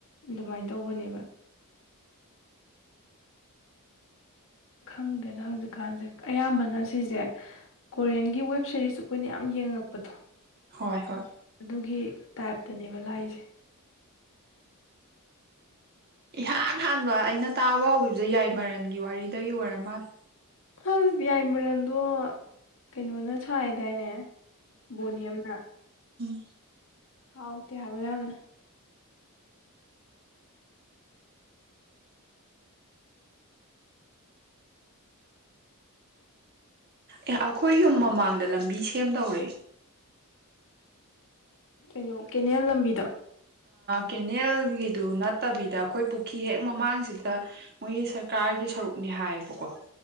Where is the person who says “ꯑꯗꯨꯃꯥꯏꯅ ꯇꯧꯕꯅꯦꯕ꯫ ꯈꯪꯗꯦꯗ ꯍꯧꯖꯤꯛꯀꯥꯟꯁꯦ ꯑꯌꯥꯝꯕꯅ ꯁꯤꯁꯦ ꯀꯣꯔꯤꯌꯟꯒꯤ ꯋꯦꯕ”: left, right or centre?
Left